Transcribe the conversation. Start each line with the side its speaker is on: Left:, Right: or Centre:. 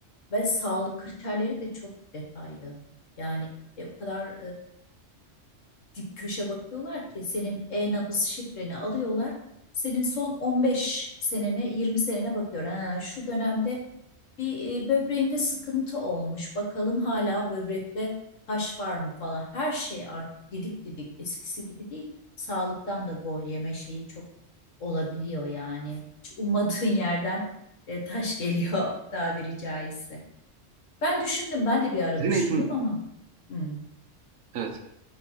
Left: ve sağlık kriterleri de çok detaylı. Yani e, o kadar dip köşe bakıyorlar ki senin e-nabız şifreni alıyorlar. Senin son 15 senene, 20 senene bakıyor. Ha, şu dönemde bir e, böbreğinde sıkıntı olmuş. Bakalım hala böbrekte taş var mı falan. Her şey artık didik didik eskisi gibi değil. Sağlıktan da gol yeme şeyi çok olabiliyor yani. Hiç ummadığın yerden e, taş geliyor <laughs> tabiri caizse. Ben düşündüm, ben de bir ara
Right: Sizin
Left: düşündüm
Right: eğitim,
Left: ama hmm,
Right: evet.